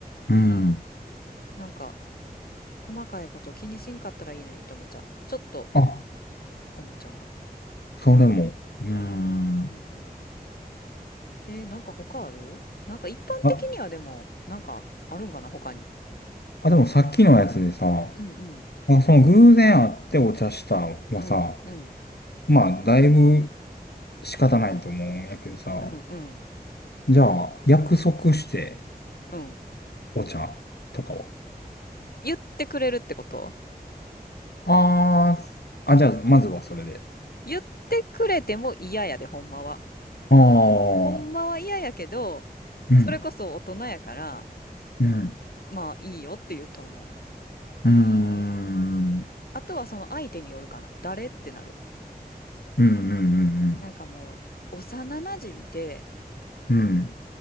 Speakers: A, on the left; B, on the left.
A: うん。
B: なんか、細かいこと気にしんかったらいいのにって思っちゃう。ちょっと
A: あ、
B: 思っちゃうな。
A: それも。うん。
B: うんうん。えー、なんか他あるなんか一般的にはでも、
A: あ、
B: なんかあるんかな、他に。
A: あ、でもさっきのやつでさ、
B: うんうん。
A: あ、その偶然会ってお茶したはさ、
B: うんうん。
A: まあ、だいぶ仕方ないと思うんやけどさ、
B: うんうん。
A: じゃあ、約束して
B: うん。
A: お茶とかを。
B: 言ってくれるってこと
A: あーあ、じゃあ、まずはそれで。
B: 言ってくれても嫌やで、ほんまは。
A: ああ、
B: ほんまは嫌やけど、
A: うん、
B: それこそ大人やから、
A: うん、
B: まあいいよって言うと思う。
A: うーん、
B: あとはその相手によるかな。誰ってなる。
A: うん、うん、う
B: なんかもう、
A: ん、
B: 幼馴染で、
A: うん、うん、